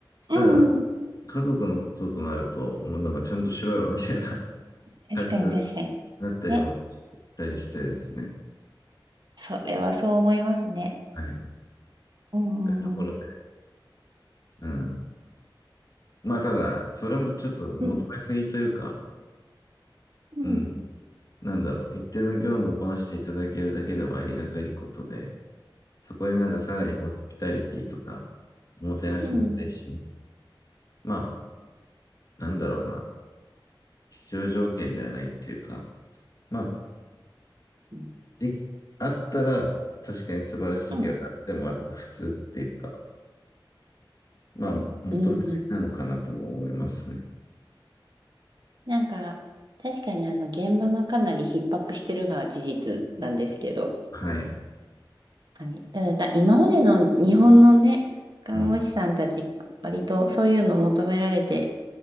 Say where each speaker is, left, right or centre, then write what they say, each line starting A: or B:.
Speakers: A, on the right; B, on the left.
A: うんうん。
B: ただ、家族のこととなると、もうなんかちゃんとしろよ、みたいな <laughs>
A: 確かに、
B: 感情に
A: 確かに。
B: なったりもしたりしてですね。
A: ね、それはそう思いますね。
B: はい。
A: うんうんうん。
B: そういうところで。うん。まあ、ただ、それもちょっと求めすぎというか、
A: うんうん
B: うん。なんだろう。一定の業務をこなしていただけるだけでもありがたいことで、そこになんかさらにホスピタリティとか、おもてなしの精神。
A: うん。
B: まあ、なんだろうな、必要条件ではないっていうか、まあ、
A: うん
B: でき、あったら確かに素晴らしいけど、
A: うん。
B: なくてもあ普通っていうか、まあ、求めすぎなのかなとも思いますね。
A: うんうんなんか、確かにあの、現場がかなり逼迫してるのは事実なんですけど、
B: はい。
A: はい。ただ、た今までの日本のね、看護師さんたちが割とそういうの求められて、
B: うん、